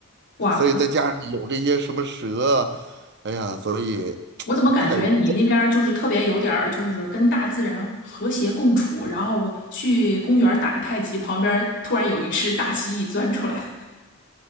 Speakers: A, on the left; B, on the right.
A: 哇，
B: 所以再加上有这些什么蛇啊，
A: 不，
B: 哎呀，所以
A: 我怎么感觉你那边儿就是特别有点儿就是跟大自然和谐共处，
B: 泰国。
A: 然后去公园儿打个太极，旁边儿突然有一只大蜥蜴钻出来，